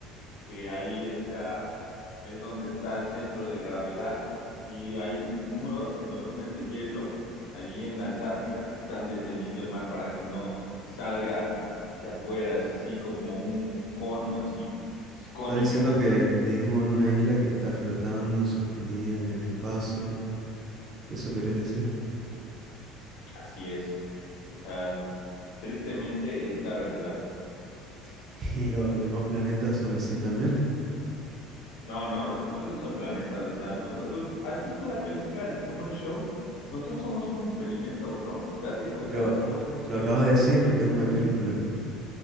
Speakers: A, on the left; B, on the right.
A: que ahí, o sea. es donde está el centro de gravedad y hay muros enormes de hielo ahí en la Antártida que están deteniendo el mar para que no salga hacia afuera, es así como un cono, así es cónica,
B: Está diciendo que vivimos en una isla que está flotando, suspendida en el espacio. ¿Eso querés decir?
A: así es. O sea, tristemente es la verdad.
B: <laughs> Y los demás planetas son así también.
A: No, no, los otros sí son planetas, o sea, nosotros, ¿has visto la película de Truman Show? Nosotros somos un experimento, bro, date cuenta,
B: Pero
A: somos un experimento.
B: lo acabas de decir, es una película.